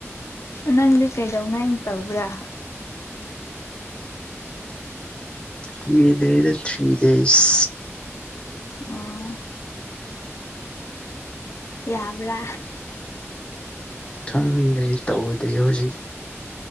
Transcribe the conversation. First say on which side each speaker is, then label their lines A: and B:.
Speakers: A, on the left; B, on the left.
A: ꯅꯪꯗꯤ ꯀꯩꯗꯧꯉꯩꯅ ꯇꯧꯕ꯭ꯔꯥ
B: ꯀꯨꯏꯗꯦꯗ ꯊ꯭ꯔꯤ ꯗꯦꯁ
A: ꯑꯣ ꯌꯥꯕ꯭ꯔꯥ
B: ꯊꯝꯗꯦ ꯇꯧꯗ꯭ꯔꯤꯌꯦ ꯍꯧꯖꯤꯛ